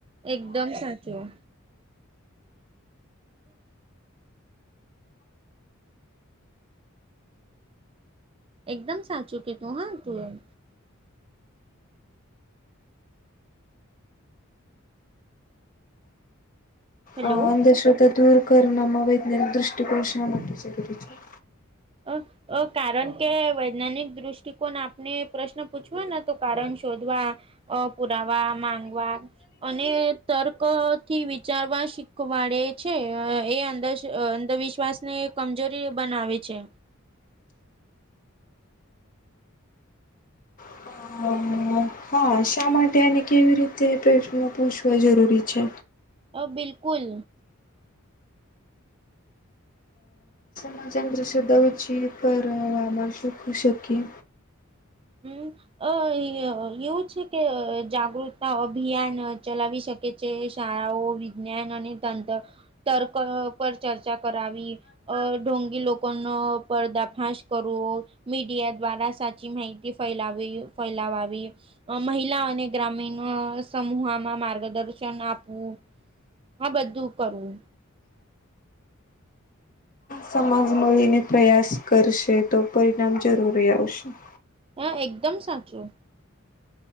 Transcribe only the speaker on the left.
અ અંધશ્રદ્ધા દૂર કરમાં વૈજ્ઞાનિક દ્રષ્ટિકોણ શા માટે જરૂરી છે.?
હમ. હા શા માટે આને કેવી રીતે પ્રશ્નો પૂછવા જરૂરી છે.?
માજા અંત્ર શ્ર્ધા વછ પરમ શખુ શકી.
સમજ મળીને પ્રયાસ કરશે તો, પરિણામ જરૂરી આવશે.